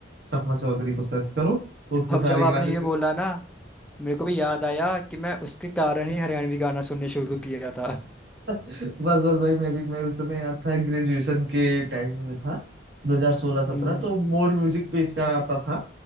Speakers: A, on the right; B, in the centre.
A: सपना चौधरी को सर्च करो तो उसके
B: अब
A: सारे
B: जब आपने
A: गाने
B: ये बोला ना मेरे को भी याद आया कि मैं उसके कारण ही हरियाणवी गाना सुनने शुरू किया था <laughs>
A: बस बस भाई मैं भी मैं उस समय याद था ग्रेजुएशन के टाइम में मैं था 2016-17
B: हम्म,
A: तो मोर म्यूजिक पे इसका आता था